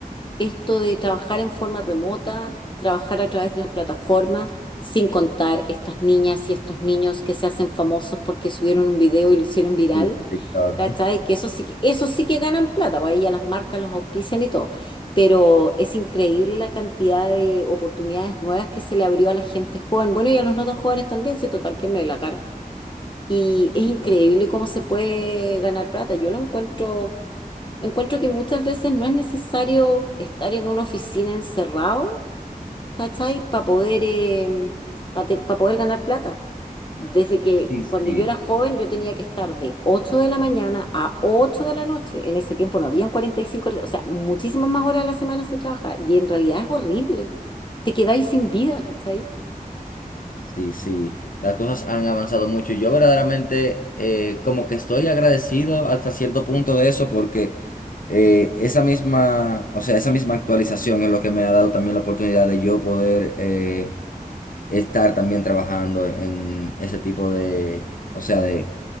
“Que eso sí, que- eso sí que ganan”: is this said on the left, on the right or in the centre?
Left